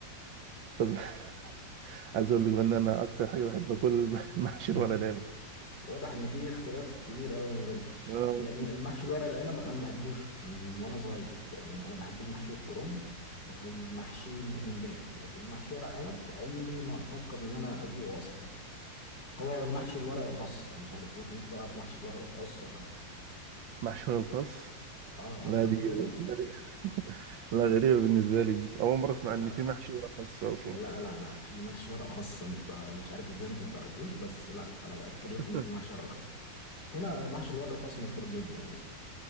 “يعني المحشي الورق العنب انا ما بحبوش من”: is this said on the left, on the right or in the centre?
Left